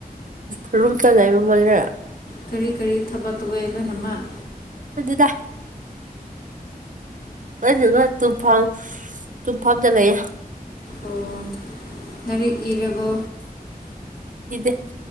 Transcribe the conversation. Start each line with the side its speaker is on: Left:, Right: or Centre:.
Right: ꯑ ꯔꯨꯝ ꯆ ꯂꯩꯕ ꯃꯥꯜꯂꯔ
Left: ꯀꯔꯤ ꯀꯔꯤ ꯊꯕꯛ ꯇꯧꯋꯦ ꯂꯣꯏꯅꯃꯛ
Right: ꯈꯪꯗ‌ꯦꯗ ꯑꯗꯨꯅ ꯇꯨꯝꯐꯝ ꯇꯨꯝꯐꯝꯗ ꯂꯩꯌꯦ
Left: ꯑꯣ ꯂꯥꯏꯔꯤꯛ ꯏꯔꯕꯣ
Right: ꯏꯗꯦ